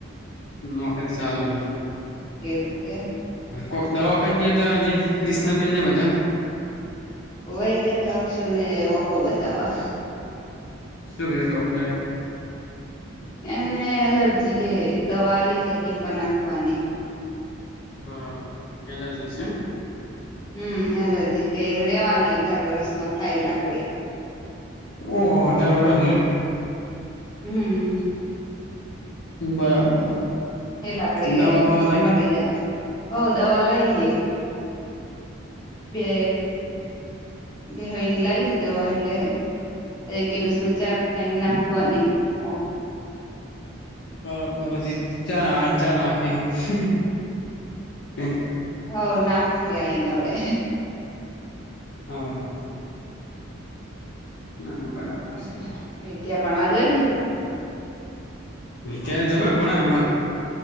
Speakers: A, on the left (about 55°); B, on the left (about 20°).
A: નોકરી ચાલુ હૈ.
B: એવું છે?
A: કો દવાખાનજી હતાજી ક્રિષ્ બિન ના બધ- -
B: હોય જ તો અક્ષુ ને ઓખો બતાવા.
A: શું કિધું ડોક્ટરે?
B: એમને એલર્જી હે દવા લ હે તેમ પણ નાખવાની- -
A: બરાબર પેલા જયસુ
B: હમ્મ એલર્જી હે રેવાની અઢાર વરસ નો થાય એ લ કડી- -
A: ઓહ હો અઠાર વર્ષ ન- -
B: હમ્મ
A: બરાબર
B: એ લાકડી રે
A: દવા બવા
B: પછી
A: લાઈ
B: મટી જાય હોઉ દવા લઈ હ બે બે હોયની લાય <unintelligible> દવા એટલે દિવસમાં ચાર ટાઈમ નાખવાની ઓ
A: બરાબર <unintelligible>
B: હવ નાખવી અયને હવે
A: હમ્મ ના ના બરાબર
B: <unintelligible>
A: છે
B: ભણવા ગયે
A: <unintelligible> જબર ભણ અમાર